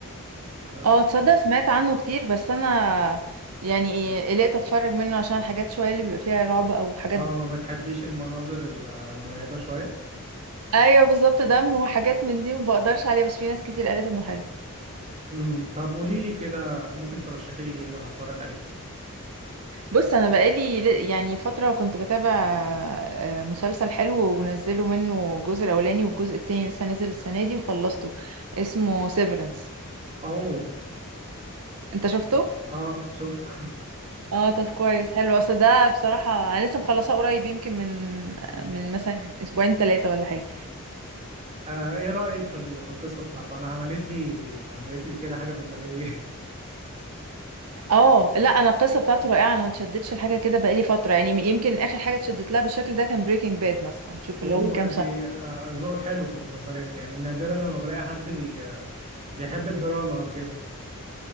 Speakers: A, on the right; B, on the right.
A: اه
B: اه تصدق سمعت عنه كتير بس انا يعني ايه قلقت اتفرج منه عشان الحاجات شويه اللي بيبقى فيها رعب او حاجات
A: آه، ما بتحبيش المناظر ال- المرعبة شوية
B: ايوه بالظبط دم وحاجات من دي ما بقدرش عليها بس في ناس كتير قالت انه حلو
A: امم طب قولي لي كده ممكن ترشحي لي ايه لو هتفرج عليه
B: بص انا بقالي ل- يعني فتره كنت بتابع آه، مسلسل حلو ونزلوا منه الجزء الاولاني والجزء التاني لسه نازل السنه دي وخلصته اسمه سيفرنس
A: او
B: انت شفته
A: اه شفت
B: اه طب كويس حلو
A: <laughs>
B: اصل ده بصراحة انا لسه مخلصاه قريب يمكن من
A: مم.
B: من مثلا اسبوعين ثلاثة ولا حاجة
A: آه ايه رأيك في ال- في القصة بتاعته انا عملت لي عملت لي كده حاجة في دماغي <laughs>
B: اه لا انا القصة بتاعته رائعة انا ما اتشدتش لحاجة كده بقالي فترة يعني يمكن اخر حاجة اتشدت لها بالشكل ده كان بريكنج باد مثلا شوف
A: اوه
B: اللي هو من كام
A: انت
B: سنة
A: آه، ذوقك حلو في المسلسلات يعني نادرا لما بلاقي حد بي آه، بيحب الدراما او كده